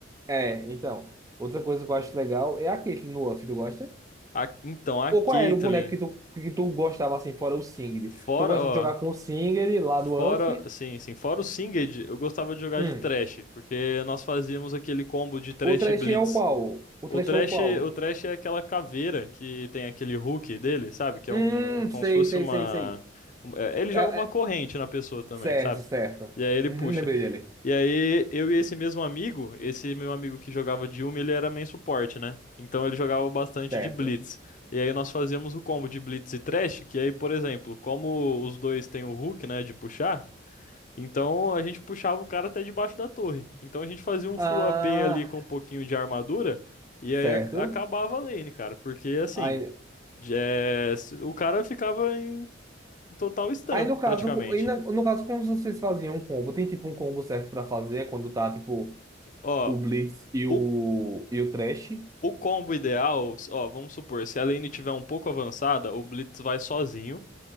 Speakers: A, on the right (about 20°); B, on the left (about 40°).
A: É, então. Outra coisa que eu acho legal é a Caitlyn no Uff, tu gosta?
B: A- então, a
A: Ou
B: Caitlyn,
A: qual era o boneco que tu, que tu gostava assim, fora o Singed?
B: fora,
A: Tu gosta
B: ó,
A: de jogar com o Singed lá no UF?
B: fora, sim, sim, fora o Singed, eu gostava de jogar
A: Hum.
B: de Thresh, porque nós fazíamos aquele combo de Thresh
A: O trash
B: e Blitz.
A: é o qual? O
B: O
A: trash
B: Thresh,
A: é o qual?
B: o Thresh é aquela caveira que tem aquele hook dele, sabe? Que
A: Hum,
B: é um,
A: sei,
B: como se fosse
A: sei,
B: uma,
A: sei, sei.
B: um- é, ele
A: É,
B: joga uma
A: é,
B: corrente na pessoa também,
A: certo,
B: sabe?
A: certo.
B: E aí ele
A: Uhum,
B: puxa.
A: lembrei dele.
B: E aí, eu e esse mesmo amigo, esse meu amigo que jogava de Yumi, ele era main suporte, né? Então ele jogava bastante
A: Certo.
B: de Blitz. E aí nós fazíamos o combo de Blitz e Thresh, que aí, por exemplo, como os dois têm o hook, né, de puxar, então a gente puxava o cara até debaixo da torre. Então a gente fazia um
A: Ah,
B: full AP ali com um pouquinho de armadura, e
A: certo.
B: aí ac- acabava a lane, cara, porque assim,
A: Aí,
B: de- é, s- o cara ficava em total stun,
A: aí no caso,
B: praticamente.
A: co- aí na- no caso, como vocês faziam um combo? Tem tipo um combo certo pra fazer quando tá tipo
B: Ó,
A: o Blitz e
B: o,
A: o, e o Thresh?
B: O combo ideal, ó, vamos supor, se a lane tiver um pouco avançada, o Blitz vai sozinho.